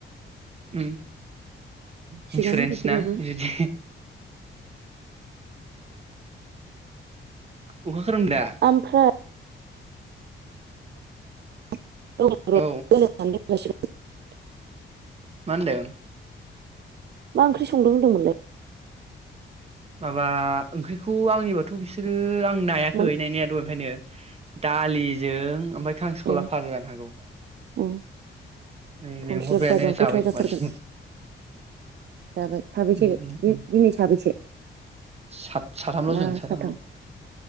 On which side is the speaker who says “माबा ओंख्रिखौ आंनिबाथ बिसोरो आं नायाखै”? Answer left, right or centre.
Right